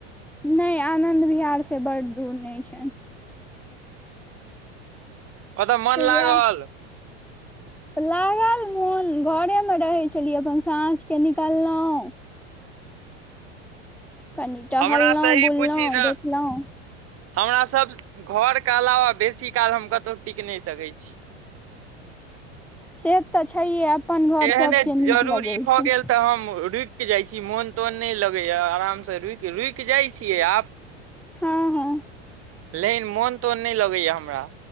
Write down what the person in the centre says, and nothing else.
नै आनन्द बिहारसँ बड दूर नै छै
तऽ
वएह लागल मोन घरे मे रहै छलियै अपन साँझ के निकालहुं कनि टहललहुँ
बुललहुँ
देखलहुँ
से तऽ छैये अपन घर
सबके नीक
लगे छै
हँ हँ